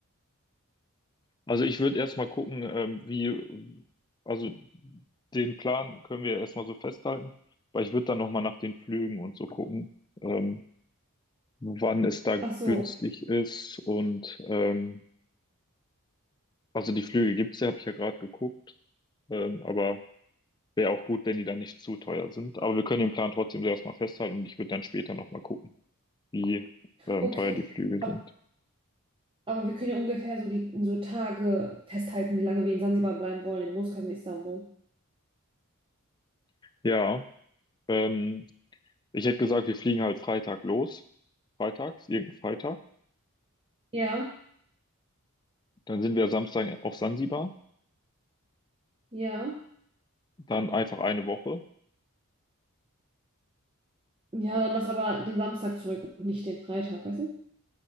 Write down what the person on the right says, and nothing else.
Ach so,
okay.
Okay,
aber,
aber wir können ja ungefähr so die so Tage festhalten, wie lange wir in Sansibar bleiben wollen, in Muscat, in Istanbul.
Ja,
ja.
Ja, dann lass aber den Samstag zurück und nicht den Freitag, weißt du?